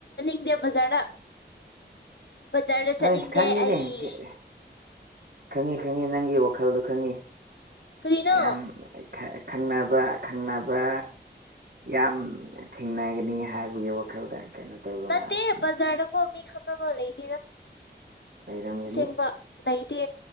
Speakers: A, on the left; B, on the right.
A: ꯗꯦ ꯕꯖꯥꯔꯗ ꯕꯖꯥꯔꯗ
B: ꯍꯣꯏ
A: ꯆꯠꯅꯤꯡꯗꯦ
B: ꯈꯪꯉꯦ
A: ꯑꯩ
B: ꯅꯦ ꯒꯦ ꯑꯦ ꯈꯪꯉꯤ ꯈꯪꯉꯤ ꯅꯪꯒꯤ ꯋꯥ ꯈꯜꯗꯣ ꯈꯪꯉꯤ
A: ꯀꯔꯤꯅꯣ
B: ꯌꯥꯝ ꯈ ꯈꯪꯅꯕ ꯈꯪꯅꯕ ꯌꯥꯝ ꯊꯦꯡꯅꯒꯅꯤ ꯍꯥꯏꯕꯒꯤ ꯋꯥꯈꯜꯗ ꯀꯩꯅꯣ ꯇꯧꯕ
A: ꯅꯠꯇꯦ
B: ꯃꯥꯜꯂꯦ ꯅꯪ
A: ꯕꯖꯥꯔꯗ ꯀꯣ ꯃꯤ ꯈꯪ ꯅꯕ ꯂꯩꯇꯦꯗ
B: ꯂꯩꯔꯝꯒꯅꯤ
A: ꯑꯁꯦꯡꯕ ꯂꯩꯇꯦ